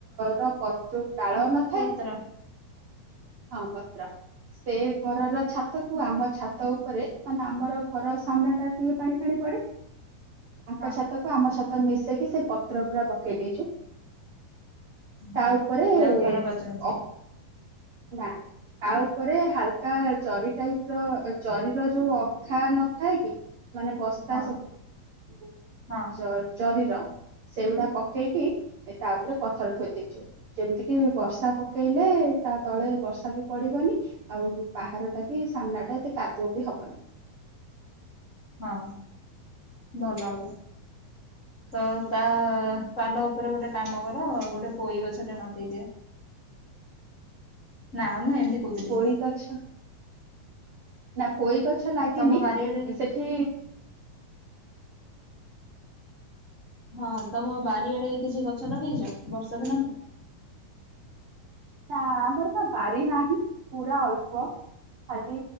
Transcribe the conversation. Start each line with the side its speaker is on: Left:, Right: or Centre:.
Right: ର ପ ଯୋଉ ଡାଳ ନ
Left: ପତ୍ର
Right: ହଁ, ପତ୍ର। ସେ ଘରର ଛାତକୁ ଆମ ଛାତ ଉପରେ ମାନେ ଆମର ଘର ସାମ୍ନା ଟାରେ ଟିକେ ପାଣି ଫାଣି ପଡେ ତାଙ୍କ
Left: ହଁ
Right: ଛାତକୁ ଆମ ଛାତ ମିଶେଇକି ସେ ପତ୍ର ପୁରା ପକେଇ ଦେଇଛୁ।
Left: ହଁ
Right: ତା ଉପରେ ଅ
Left: ଯାଉ ଖରା ବାଜୁନଥିବ
Right: ନାଁ ତା ଉପରେ ହାଲକା ଚରିଟାଇ ର ଚରୀର ଯୋଉ ଅଖା ନଥାଏ କି ମାନେ ବସ ତା
Left: ହଁ
Right: ସବୁ
Left: ହଁ
Right: ଜ ଜରିର ସେଗୁଡା ପକେଇକି ଏ ତା ଉପରେ ପଥର ଥୋଇ ଦେଇଚୁ। ଯେମିତି କିି ବର୍ଷା ପକେଇଲେ ତା ତଳେ ବର୍ଷା ବି ପଡିବନି ଆଉ ବାହାରଟା ବି ସାମ୍ନା ଟା ଏତେ କାଦୁଅ ବି ହବନି।
Left: ହଁ ଭଲ ହବ। ତ ତା ପାଲ ଉପରେ ଗୋଟେ କାମ କର ଗୋଟେ ପୋଇ ଗଛ ଟେ ନଟେଇ ଦିଅ। ନା ମୁଁ ଏମିତି କହୁଥିଲି।
Right: ଇ ଗଛ ନା ପୋଇ ଗଛ ଲାଗିନି।
Left: ତମ ବାରିଆଡେ
Right: ସେଠି
Left: ହଁ ତମ ବାରିଆଡେ କିଛି ଗଛ ଲଗେଇଛ ବର୍ଷା ଦିନ ପାଇଁ?
Right: ନାଁ ଆମର ବା ବାରି ନାହିଁ ପୁରା ଅଳ୍ପ ଖାଲି